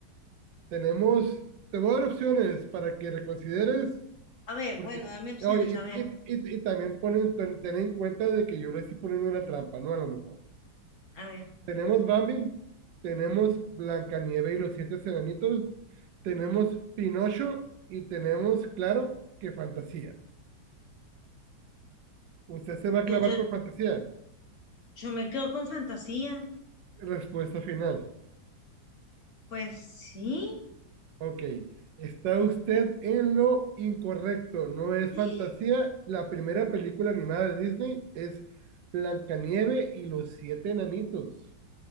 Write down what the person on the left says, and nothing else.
a ver,
bueno, dame opciones,
a ver,
a ver,
yo,
yo,
yo me quedo con fantasía,
pues sí,
<gasps>